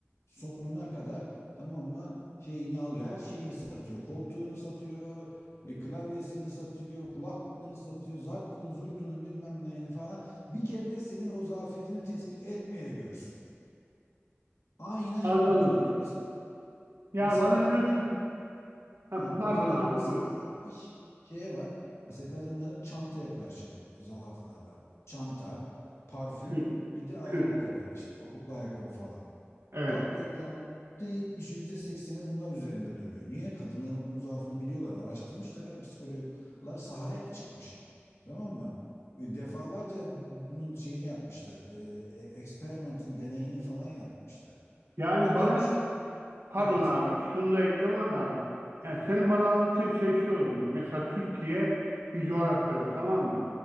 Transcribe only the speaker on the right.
Anladım.
Ya
bana
diyorsun ki, ha,
pardon abi
buyur.
Kürk,
kürk.
Evet.
Yani
bana Pardon
abi, şunu da eklemem lazım. Yani senin bana anlattığın şey şu o zaman. Mesela Türkiye bir coğrafyada tamam mı?